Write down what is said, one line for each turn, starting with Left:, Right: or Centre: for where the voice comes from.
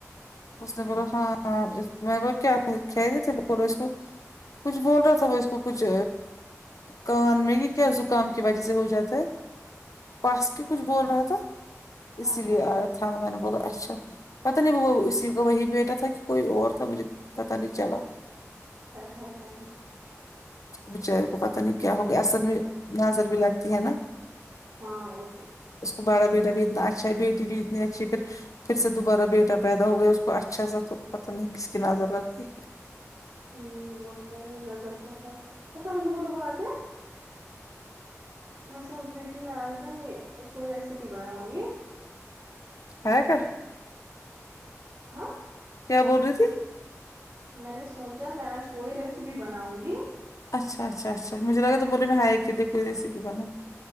Left: اس نے بولا ہاں
Right: اچھا
Left: مے وہ کیا کہہ رہے تھے بولو اس کو کچھ بول رہا تھا وہ اس کو کچھ کان میں کہ کیا زکام کی وجہ سے ہو جاتا ہے پاس کے کچھ بول رہا تھا اسی
Right: ہائے ہائے
Left: لیے آیا تھا میں نے بولا اچھا پتا نہیں وہ اسی کا وہی بیٹا تھا کہ کوئی اور تھا مجھے پتا نہیں چلا
Right: <unintelligible>
Left: بچارے کو پتا نہیں کیا ہوگیا اصل میں نظر بھی لگتی ہے نا
Right: ہاں اوکے
Left: اس کو بڑا بیٹا بھی اتنا اچھا ہے بیٹی بھی اتنی اچھی ہے پھر پھر سے دوبارہ بیٹا پیدا ہو گیا اس کو اچھا سا تو پتا نہیں کس کی نظر لگ گئی
Right: ہ وہ تو ہے نظر تو ہے <unintelligible> میں سوچ رہی تھی اج نہ کوئی ریسپی بناؤں گی
Left: ہے کر
Right: ہاں
Left: کیا بول رہی تھی
Right: میں نے سوچا میں آج کوئی ریسیپی بناؤں گی
Left: اچھا اچھا اچھا مجھے لگا تم بول رہی میں ہا ایک کے لیے کوئیی ریسیپی بناو